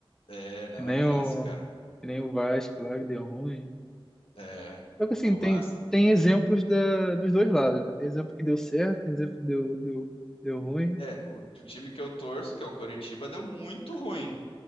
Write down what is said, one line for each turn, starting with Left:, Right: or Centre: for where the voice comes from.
Left: É, não
Centre: Que nem
Left: é tenso,
Centre: o,
Left: cara.
Centre: que nem o Vasco lá que deu ruim.
Left: É,
Centre: Só que assim,
Left: o
Centre: tem,
Left: Vasco.
Centre: tem exemplos da, dos dois lados, né? Tem exemplo que deu certo, tem exemplo que deu, deu, deu ruim.
Left: É, o, o time que eu torço, que é o Coritiba, deu muito ruim.